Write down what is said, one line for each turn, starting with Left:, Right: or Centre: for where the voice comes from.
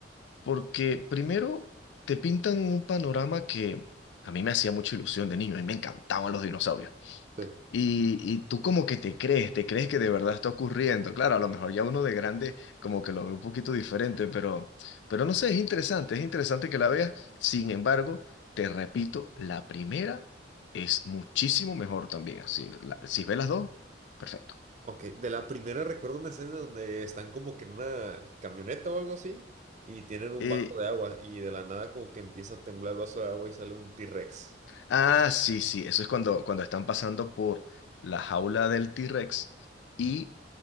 Left: porque primero te pintan un panorama que a mí me hacía mucha ilusión de niño, a mí me encantaban los dinosaurios.
Right: sí.
Left: Y, y tú como que te crees, te crees que de verdad está ocurriendo. Claro, a lo mejor ya uno de grande como que lo ve un poquito diferente, pero, pero no sé, es interesante, es interesante que la veas. Sin embargo, te repito, la primera es muchísimo mejor también. Si, la- si ves las dos, perfecto.
Right: Ok, de la primera recuerdo una escena donde están como que en una camioneta o algo así y tienen un
Left: Eh,
Right: vaso de agua y de la nada como que empieza a temblar el vaso de agua y sale un T-Rex.
Left: Ah, sí, sí, eso es cuando, cuando están pasando por la jaula del T-Rex y